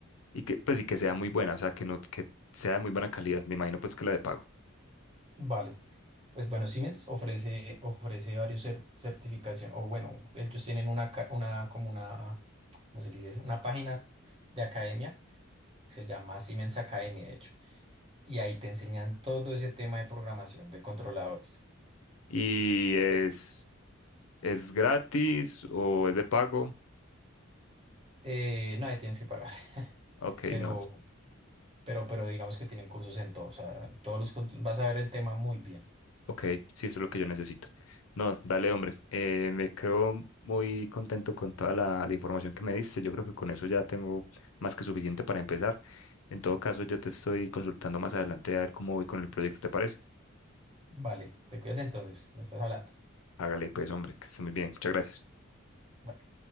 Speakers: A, on the left; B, on the right.
A: y que, pues, y que sea muy buena, o sea, que no, que sea de muy buena calidad. Me imagino pues que la de pago.
B: Vale, pues bueno, Siemens ofrece, ofrece varios cer- certificación, o bueno, ellos tienen una, ca- una, como una, ¿cómo se le dice? eso? Una página de academia, se llama Siemens Academy, de hecho, y ahí te enseñan todo ese tema de programación de controladores.
A: ¿Y es, es gratis o es de pago?
B: Eh, no, ahí tienes que pagar, <laughs>
A: Ok,
B: pero...
A: no.
B: Pero, pero digamos que tienen cursos en todo, o sea, en todos los, cont- vas a ver el tema muy bien.
A: Ok, sí, eso es lo que yo necesito. No, dale, hombre. eh, me creo muy contento con toda la, la información que me diste. Yo creo que con eso ya tengo más que suficiente para empezar. En todo caso, yo te estoy consultando más adelante a ver cómo voy con el proyecto, ¿te parece?
B: Vale, te cuidas entonces, me estás hablando.
A: Hágale, pues, hombre, que esté muy bien. Muchas gracias.
B: Vale.